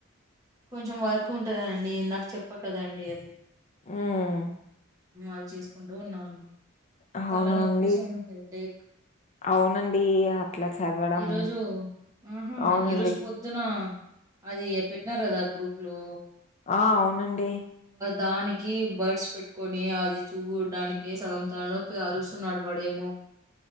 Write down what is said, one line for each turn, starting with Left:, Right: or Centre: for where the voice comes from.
Right: కొంచెం వర్క్ ఉంటుందండి ఇందాక చెప్ప కదండి అది
Left: హ్మ్
Right: అవి చేసుకుంటూ ఉన్నా
Left: అవునా
Right: తల నొప్పిసాంది
Left: అండి?
Right: హెడ్ ఏక్
Left: అవునండి అట్ల చదవడం
Right: ఈ రోజు ఆహా
Left: అవునండి
Right: ఈరోజు పొద్దున అది పెట్టినారు కదా గ్రూప్ లో
Left: ఆ అవునండి
Right: దానికి బర్డ్స్ పెట్టుకొని అది చూడానికి సగం తలనొప్పి అరుసున్నాడు వాడేమో